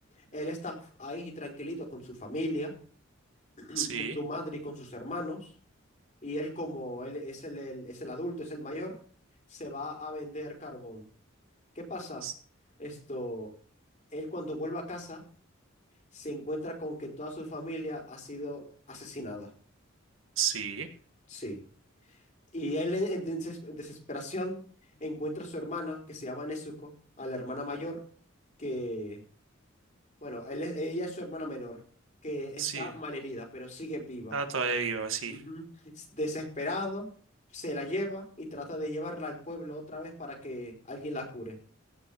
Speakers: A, on the left; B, on the right.
A: Él está ahí tranquilito con su familia, <clears throat>
B: Sí,
A: con su madre y con sus hermanos. Y él, como él es el, el- es el adulto, es el mayor, se va a vender carbón. ¿Qué pasa?
B: s-
A: Esto, él cuando vuelve a casa se encuentra con que toda su familia ha sido asesinada.
B: sí,
A: Sí. Y él en des- desesperación encuentra a su hermana, que se llama Nezuko, a la hermana mayor, que, bueno, él es- ella es su hermana menor, que está
B: sí.
A: malherida, pero sigue viva.
B: Ah, todavía viva, sí.
A: Ujú. S- Desesperado, se la lleva y trata de llevarla al pueblo otra vez para que alguien la cure.